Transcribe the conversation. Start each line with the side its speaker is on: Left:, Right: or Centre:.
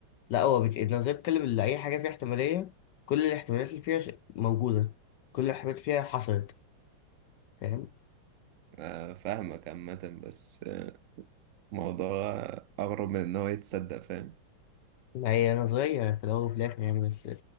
Left: لا هو بت... لو زي بتتكلم اللي اي حاجه فيها احتماليه كل الاحتمالات اللي فيها ش- موجوده كل الاحتمالات فيها حصلت فاهم
Right: آه، فاهمك عامة بس آه، الموضوع أغرب من إن هو يتصدق فاهم
Left: هي نظرية في الأول وفي الآخر يعني بس